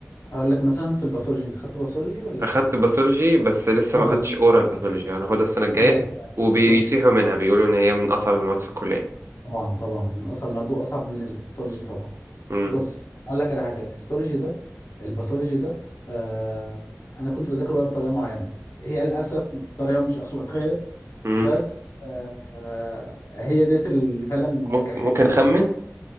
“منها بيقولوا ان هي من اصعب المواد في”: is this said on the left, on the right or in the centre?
Right